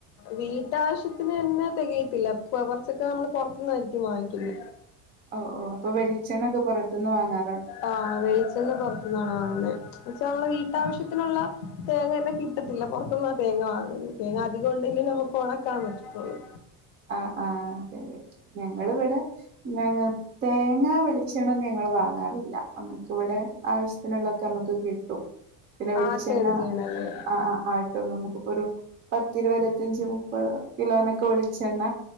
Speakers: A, on the left; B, on the right.
A: വീട്ടാവശ്യത്തിന് തന്നെ തെകയത്തില്ല പൊവർച്ചൊക്കെ നമ്മൾ പൊർത്ത്ന്നായിരിക്കും വാങ്ങിക്കുന്ന
B: ഓഹ് ഓഹ് അപ്പൊ വെളിച്ചണ്ണ ഒക്കെ പുറത്ത്ന്ന് വാങ്ങാ
A: ആഹ് വെളിച്ചെണ്ണ പൊറത്തുന്നാണോ വാങ്ങുന്നത് പക്ഷേ നമ്മളെ വീട്ടാവശ്യത്തിനുള്ള
B: ആഹ്
A: തേങ്ങനെ കിട്ടത്തില്ല പൊറത്ത്ന്നാ തേങ്ങ വാങ്ങൽ തേങ്ങ അധികഉണ്ടങ്കി നമുക്ക് ഓണക്കാൻ പറ്റതൊള്ളൂ.
B: ആഹ് ആഹ് ശരി ഞങ്ങൾ ഇവിടെ ഞങ്ങ തേങ്ങാ വെളിച്ചെണ്ണ ഞങ്ങൾ വാങ്ങാറില്ല നമ്മുക്ക് ഇവിടെ ആവശ്യത്തിനുള്ളോക്കെ നമുക്ക് കിട്ടും. പിന്നെ വെളിച്ചെണ്ണ
A: ആട്ടയാണ് ചെയ്യണല്ലേ
B: ആഹ് ആഹ് ആഹ് നമുക്കിപ്പോ ഒരു പത്തിരുപതത്തഞ്ച് മുപ്പത് കിലോനൊക്കെ വെളി ച്ചെണ്ണ